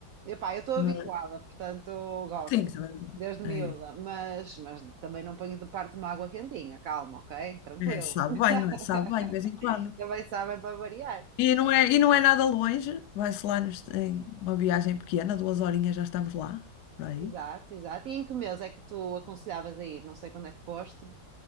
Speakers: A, on the right; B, on the left.
A: Epá, eu estou
B: Mas,
A: habituada, portanto gosto,
B: sim, isso é verdade.
A: desde miúda,
B: É
A: mas, mas também não ponho de parte uma água quentinha, calma, ok? Tranquilo.
B: É, sabe
A: <laughs>
B: bem, não é? Sabe bem, de vez em quando.
A: Também sabem para variar.
B: E não é, e não é nada longe, vai-se lá nos- em uma viagem pequena, duas horinhas já estamos lá, por aí.
A: Exato, exato. E em que mês é que tu aconselhavas a ir? Não sei quando é que foste.